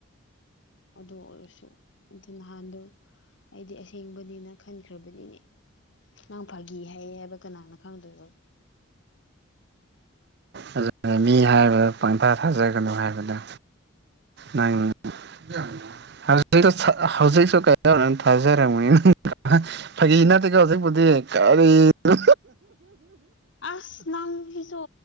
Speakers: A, on the left; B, on the right.
A: ꯑꯗꯨ ꯑꯣꯏꯔꯁꯨ ꯑꯗꯨ ꯅꯍꯥꯟꯗꯣ ꯑꯩꯗꯤ ꯑꯁꯦꯡꯕꯗꯤ ꯅꯪ ꯈꯟꯈ꯭ꯔꯕꯅꯤꯅꯦ ꯅꯪ ꯐꯥꯒꯤ ꯍꯩ ꯍꯥꯏꯕ ꯀꯅꯥꯅ ꯈꯪꯗꯣꯏꯅꯣ
B: ꯑꯗꯨꯅ ꯃꯤ ꯍꯥꯏꯕꯗ ꯄꯪꯊꯥ ꯊꯥꯖꯒꯅꯨ ꯍꯥꯏꯕꯗꯣ ꯅꯪꯅ ꯍꯧꯖꯤꯛꯁꯨ-ꯍꯧꯖꯤꯛꯁꯨ ꯀꯩꯗꯧꯅ ꯊꯥꯖꯔꯝꯃꯤ <unintelligible> ꯐꯥꯒꯤ ꯅꯠꯇꯦꯀꯣ ꯑꯁꯦꯡꯕꯗꯤ ꯀꯔꯤꯅꯣ
A: ꯑꯁ ꯅꯪꯁꯤꯁꯨ